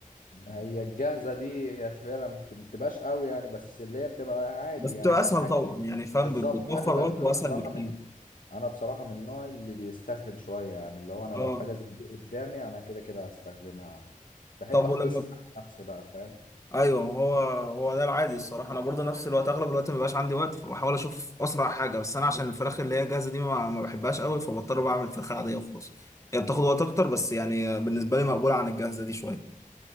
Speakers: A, on the left; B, on the left.
A: ما هي الجاهزة دي هي فعلا ما بت- ما بتبقاش قوي يعني بس اللي هي بتبقى عادي
B: بس بتبقى
A: يعني
B: اسهل
A: حاجة
B: طبعا يعني فاهم
A: بالظبط
B: بت- بتوفر
A: انا ب...
B: وقت
A: انا
B: واسهل
A: بصراحه
B: بكتير
A: من انا بصراحه من النوع اللي بيستسهل شويه يعني اللي هو انا
B: اه
A: لو حاجه زي دي قدامي انا كده كده هستخدمها بحب
B: طب
A: اختصر
B: ولما
A: على نفسي بقى فاهم
B: ايوه ما هو هو ده العادي الصراحه انا برضه نفس الوقت اغلب الوقت ما بيبقاش عندي وقت فبحاول اشوف اسرع حاجه بس انا عشان الفراخ اللي هي جاهزه دي ما, ما بحبهاش قوي فبضطر بعمل الفراخ العاديه وخلاص هي بتاخد وقت اكتر بس يعني بالنسبه لي مقبوله عن الجاهزه دي شويه